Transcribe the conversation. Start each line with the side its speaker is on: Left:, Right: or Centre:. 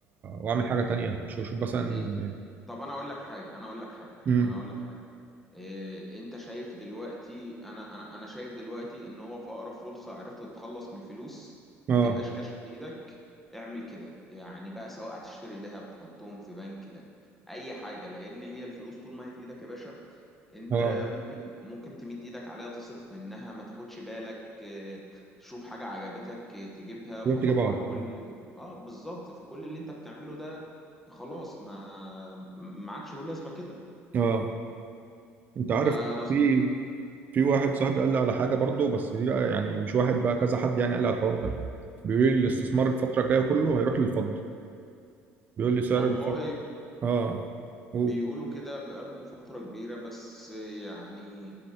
Right: واعمل حاجه تانية شوف شوف مثلا
Centre: لا طب انا اقول لك حاجه انا اقول لك حاجه
Right: امم
Centre: انا اقول لك حاجه إيه، انت شايف دلوقتي انا انا انا شايف دلوقتي ان هو في اقرب فرصة عرفت تتخلص من الفلوس
Right: اه
Centre: ما تبقاش كاش في ايدك اعمل كده يعني بقى سواء هتشتري ذهب تحطهم في بنك ده اي حاجة لان هي الفلوس طول ما هي في ايدك يا باشا انت
Right: اه
Centre: ممكن ممكن تمد ايدك عليها تصرف منها ما تاخدش بالك إيه، تشوف حاجة عجبتك إيه، تجيبها فطبعا
Right: رحت جايبها على
Centre: كل
Right: طول.
Centre: اللي اه بالظبط فكل اللي انت بتعمله ده خلاص ما ما عادش له لازمة كده
Right: اه انت عارف
Centre: فانا
Right: في في واحد صاحبي قال لي على حاجه برضه بس دي بقى يعني مش واحد بقى كذا حد يعني قال لي على الحوار ده بيقول لي الاستثمار الفتره الجايه كله هيروح للفضه بيقول لي سعر
Centre: والله
Right: الفضه اه و...
Centre: بيقولوا كده بقالهم فترة كبيرة بس يعني